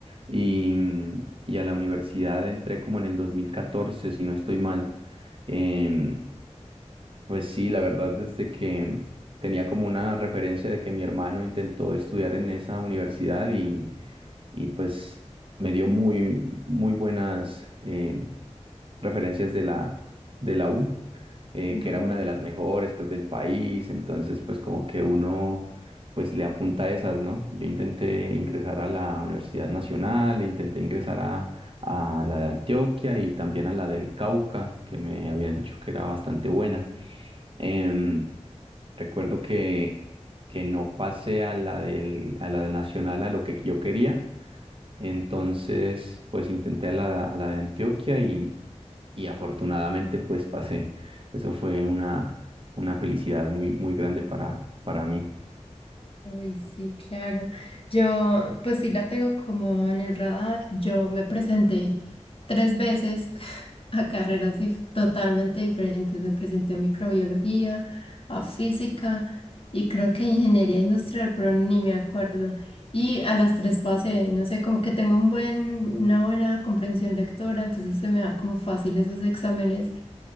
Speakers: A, on the right (about 45°); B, on the left (about 50°).
A: Y, mm, y a la universidad entré como en el 2014, si no estoy mal. Em, Pues sí, la verdad, desde que tenía como una referencia de que mi hermano intentó estudiar en esa universidad y, y pues me dio muy, muy buenas eh, referencias de la, de la U, eh,
B: Ujú.
A: que era una de las mejores pues del país, entonces pues como que uno pues le apunta a esas, ¿no? Yo intenté ingresar a la Universidad Nacional, intenté ingresar a, a la de Antioquia y también a la del Cauca, que me habían dicho que era bastante buena. Em, Recuerdo que, que no pasé a la del, a la del Nacional a lo que yo quería. Entonces, pues intenté a la, a la de Antioquia y, y afortunadamente pues pasé. Eso fue una, una felicidad muy, muy grande para, para mí.
B: Uy, sí, claro. Yo, pues sí la tengo como en el radar. Yo me presenté tres veces <laughs> a carreras dif- totalmente diferentes. Me presenté a microbiología, a física y creo que ingeniería industrial, pero ni me acuerdo. Y a las tres pasé, no sé, como que tengo un buen, una buena comprensión lectora, entonces se me da como fácil esos exámenes,